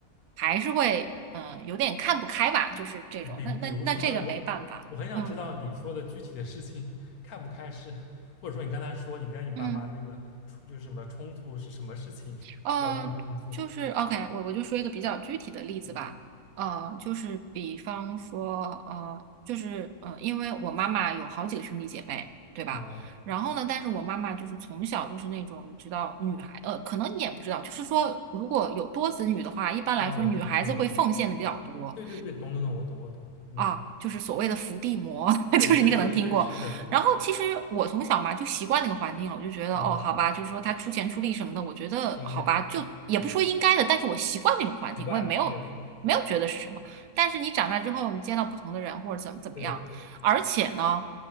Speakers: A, on the right; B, on the left.
A: 还是会嗯、呃有点看不开吧，就是这种。
B: 那比对比如说呢，
A: 那那那这个没办法，
B: 我我很想知道你说的具体的事情看不开是，
A: 嗯
B: 或者说你刚才说你跟你爸妈那个冲就是什么冲突是什么事情要这个冲突了
A: 嗯。呃，就是 OK，我我就说一个比较具体的例子吧。
B: 嗯，
A: 呃，就是比方说，呃，就是呃，因为我妈妈有好几个兄弟姐妹，对吧？
B: 啊
A: 然后呢，但是我妈妈就是从小就是那种，你知道，女孩，呃，可能你也不知道，就是说，如果有多子女的话，一般来说女孩子会奉献的比较多。
B: 啊，我懂懂懂，对对对，懂懂懂，我懂我懂，嗯，
A: 啊，就是所谓的伏地魔，<laughs>
B: 对对对对，
A: 就是你可能听过。
B: 是的，
A: 然后其实我从小嘛就习惯那个环境了，我就觉得哦，
B: 啊，
A: 好吧，就是说他出钱出力什么的，我觉得好吧，
B: 是应该，
A: 就也不说应该的，
B: 嗯，
A: 但是我习惯那种环境，
B: 奇怪了，
A: 我也没有没有觉得是什么。
B: 对
A: 但是你长大之后，你见到不同的人或者怎么怎么样，
B: 对
A: 而且呢，